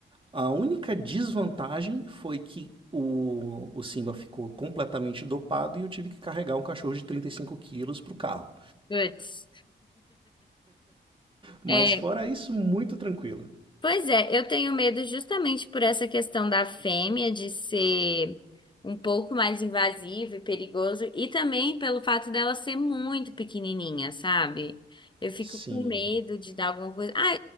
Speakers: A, on the right (about 25°); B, on the left (about 25°).
A: A única desvantagem foi que o, o Simba ficou completamente dopado e eu tive que carregar um cachorro de 35 quilos pro carro.
B: Puts.
A: Mas
B: É,
A: fora isso, muito tranquilo.
B: pois é, eu tenho medo justamente por essa questão da fêmea de ser um pouco mais invasivo e perigoso, e também pelo fato dela ser muito pequenininha, sabe? Eu fico
A: Sim,
B: com medo de dar alguma coisa. Ah,